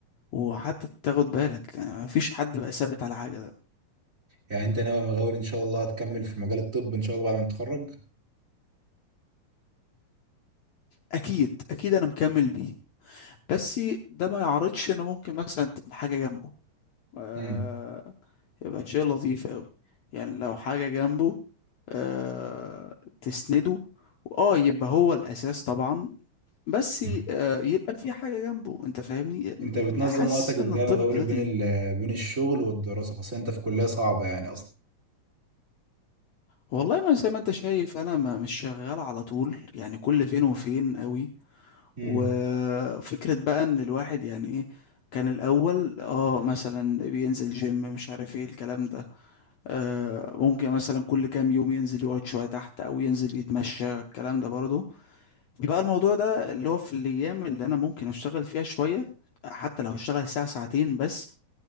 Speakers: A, on the left; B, on the right.
A: وحتى تاخد بالك يعني مفيش حد بقى ثابت على حاجه
B: يعني انت ناوي يا مغاور ان شاء الله هتكمل في مجال الطب ان شاء الله بعد ما تتخرج
A: اكيد اكيد انا مكمل بيه بس ده ما يعرضش ان ممكن مثلا تبقى حاجه جنبه آه،
B: امم
A: يبقى شيء لطيف قوي يعني لو حاجة جنبه آه تسنده اه يبقى هو الأساس طبعا بس ي-
B: امم
A: آه يبقى في حاجة جنبه انت فاهمني
B: انت بتنظم
A: يعني حاسس
B: وقتك ازاي
A: ان الطب
B: يا مغاور
A: دلوقتي
B: بين ال... آه، بين الشغل والدراسة خاصة انت في كلية صعبة يعني اصلا
A: والله ما زي ما انت شايف انا ما مش شغال على طول يعني كل فين وفين قوي
B: امم
A: وفكرة بقى ان الواحد يعني ايه كان الاول اه مثلا بينزل جيم مش عارف ايه الكلام ده آه، ممكن مثلا كل كام يوم ينزل يقعد شوية تحت أو ينزل يتمشى الكلام ده برضه بقى الموضوع ده اللي هو في الأيام اللي أنا ممكن أشتغل فيها شوية حتى لو هشتغل ساعة ساعتين بس